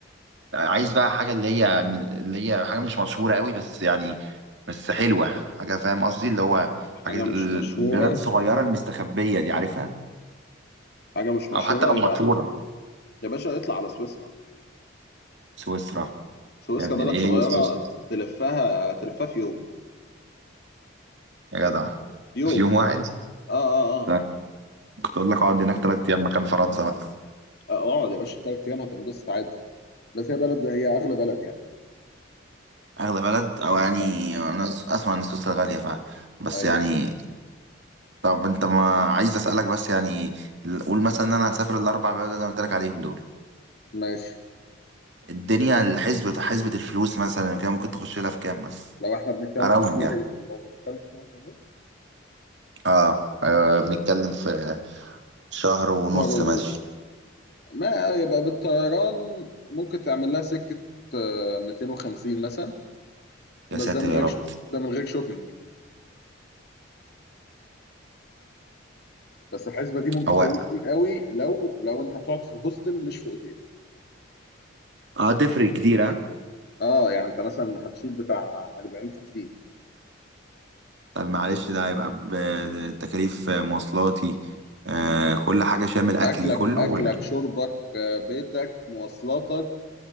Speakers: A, on the right; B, on the left.
A: عايز بقى حاجه اللي هي اللي هي حاجه مش مشهوره قوي بس يعني بس حلوه حاجه فاهم قصدي اللي هو
B: حاجة
A: حاجه البلاد
B: مش مشهورة
A: الصغيره المستخبيه دي عارفها
B: حاجة مش مشهورة
A: او حتى لو مشهوره
B: يبقى يا باشا اطلع على سويسرا
A: سويسرا
B: سويسرا
A: يا ابني
B: بلد
A: ايه
B: صغيرة
A: هي سويسرا
B: تلفها تلفها في يوم
A: يا جدع
B: يوم
A: في يوم واحد
B: اه اه اه
A: ده كنت اقول لك اقعد هناك ثلاث ايام مكان فرنسا بقى
B: آه، اقعد يا باشا ثلاث ايام هتنبسط عادي بس هي بلد هي اغلى بلد يعني
A: اغلى بلد او يعني
B: آه.
A: انا اسمع ان سويسرا غاليه ف بس
B: ايوه
A: يعني
B: صح
A: طب انت ما عايز اسالك بس يعني ال- قول مثلا ان انا هسافر الاربع بلد اللي انا قلت لك عليهم دول
B: ماشي
A: الدنيا الحسبة حسبة الفلوس مثلا كده ممكن تخش لها في كام بس
B: لو احنا بنتكلم
A: اراوند
B: في شهر
A: يعني
B: لو بنتكلم في شهر ونص
A: اه آه، بنتكلم
B: آه،
A: في شهر ونص
B: شهر ونص
A: ماشي
B: ما يبقى بالطيران ممكن تعمل لها سكة آه، 250 مثلا
A: يا
B: بس
A: ساتر
B: ده من
A: يا
B: غير
A: رب
B: ش- ده من غير شوبينج بس الحسبة دي ممكن
A: هو
B: تقل كتير قوي لو لو انت هتقعد في هوستل مش في اوتيل
A: اه تفرق كتير ها
B: اه يعني انت مثلا هتشيل بتاع 40 50
A: طب معلش ده هيبقى بتكاليف مواصلاتي آه كل حاجة شامل اكلي
B: اكلك
A: كله
B: اكلك
A: ولا؟
B: شربك آه، بيتك مواصلاتك